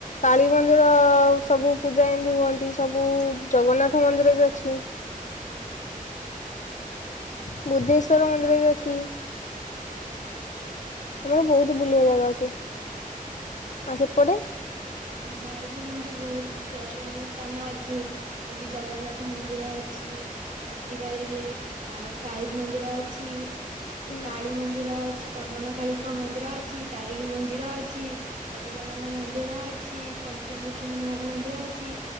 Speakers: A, on the left; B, on the right.
A: କାଳୀ ମନ୍ଦିର ସବୁ ପୂଜା ଏମିତି ହୁଅନ୍ତି ସବୁ ଜଗନ୍ନାଥ ମନ୍ଦିର ବି ଅଛି। ବୁଦ୍ଧେଶ୍ଵର ମନ୍ଦିର ବି ଅଛି। ଆମର ବୋହୁତ୍ ବୁଲିବା ଜାଗା ଅଛି। ଆଉ ସେପଟେ।
B: ଆମ ଆଡେ ବି ସେମିତି ବହୁତ ଦର୍ଶନୀୟ ସ୍ଥାନ ଅଛି। ଯେମିତି ଜଗନ୍ନାଥ ମନ୍ଦିର ଅଛି ହାତୀିବାରିରେ ଆଉ ସାଇ ମନ୍ଦିର ଅଛି।
A: ହୁଁ
B: କାଳୀ ମନ୍ଦିର ଅଛି। କାମନା କାଳୀଙ୍କ ମନ୍ଦିର ଅଛି ତାରିଣୀ ମନ୍ଦିର ଅଛି। ହନୁମାନଙ୍କ ମନ୍ଦିର ଅଛି ପଞ୍ଚମୁଖୀ ହନୁମାନ ମନ୍ଦିର ଅଛି।